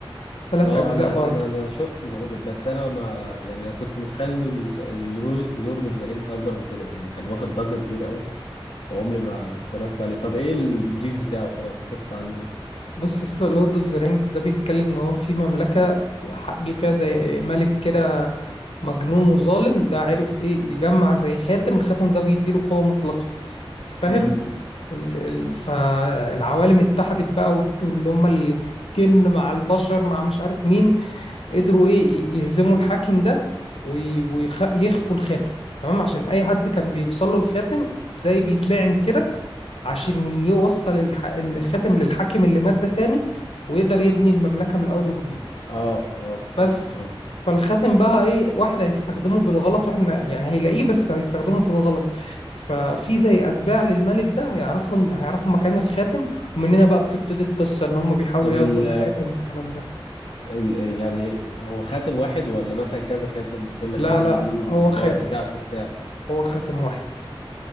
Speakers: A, on the left; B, on the left.
A: تلات
B: اه
A: أجزاء
B: انا
A: برضه
B: انا انا شفت ذا هوبيت بس انا ما يعني انا كنت متخيل انه لورد اوف ذا رينجز اكبر من كده يعني كان واخد ضجة كبيرة قوي وعمري ما اتفرجت عليه طب ايه البريف بتاعه كده او القصة عنه يعني
A: بص يا اسطى لورد اوف ذا رينجز ده بيتكلم ان هو في مملكه في حق- جه فيها زي ملك كده مجنون وظالم ده عرف ايه يجمع زي خاتم الخاتم ده بيديله قوه مطلقه فاهم
B: امم
A: ال... ال... فالعوالم اتحدت بقى والج- واللي هم الجن مع البشر مع مش عارف مين قدروا ايه ي- يهزموا الحاكم ده ويخفوا ويخ... يخفوا الخاتم تمام عشان اي حد كان بيوصل له الخاتم زي بيتلعن كده عشان يوصل الح... الخاتم للحاكم اللي مات ده تاني ويقدر يبني المملكة من الأول وجديد
B: اه اه فهمت
A: بس
B: قصدك.
A: فالخاتم بقى إيه واحد هيستخدمه بالغلط واحد ما يعني هيلاقيه بس هيستخدمه بالغلط ففي زي أتباع للملك ده هيعرفوا هيعرفوا مكان الخاتم ومن هنا بقى بتبتدي القصة إن هم بيحاولوا
B: طب
A: ياخدوا
B: ال
A: الحاتم والكلام ده
B: ال- يعني هو خاتم واحد ولا مثلا كذا خاتم وكل
A: لا
B: خاتم
A: لا
B: ليه
A: هو
B: الباور
A: خاتم
B: بتاعته بتاع
A: هو خاتم واحد